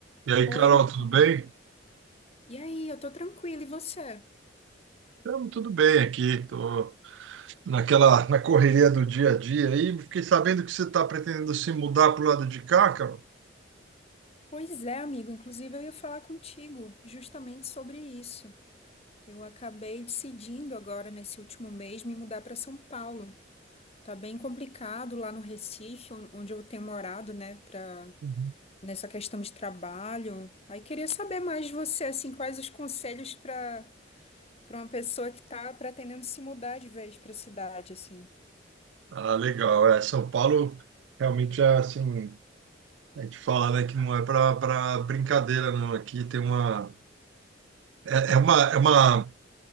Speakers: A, on the right; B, on the left.
A: E aí,
B: Oi,
A: Carol,
B: amigo.
A: tudo bem?
B: E aí, eu tô tranquila, e você?
A: Tamo tudo bem aqui. Tô naquela na correria do dia a dia aí. Fiquei sabendo que você está pretendendo se mudar pro lado de cá, Carol.
B: Pois é, amigo. Inclusive, eu ia falar contigo justamente sobre isso. Eu acabei decidindo agora, nesse último mês, me mudar para São Paulo. Tá bem complicado lá no Recife, on- onde eu tenho morado, né, pra...
A: Uhum.
B: nessa questão de trabalho. Aí queria saber mais de você, assim, quais os conselhos para para uma pessoa que tá pretendendo se mudar de vez para a cidade, assim.
A: Ah, legal. É, São Paulo realmente é assim. A gente fala, né, que não é para brincadeira, não. Aqui tem uma é, é uma é uma